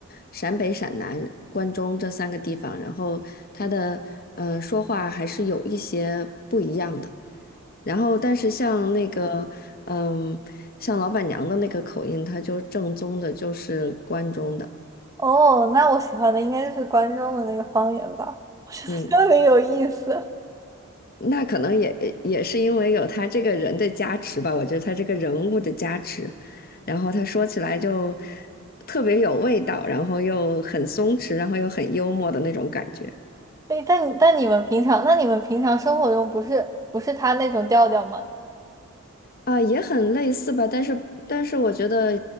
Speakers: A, on the left; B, on the right.
A: 陕北、陕南、关中这三个地方，然后它的嗯、呃说话还是有一些不一样的。然后，但是像那个，嗯，像老板娘的那个口音，她就正宗的，就是关中的，
B: 哦，那我喜欢的应该就是关中的那个方言吧，我觉得特别有意思。
A: 嗯，那可能也也是因为有他这个人的加持吧，我觉得他这个人物的加持，然后他说起来就特别有味道，然后又很松弛，然后又很幽默的那种感觉。
B: 哎，但但你们平常，那你们平常生活中不是不是他那种调调吗？
A: 啊，也很类似吧，但是但是我觉得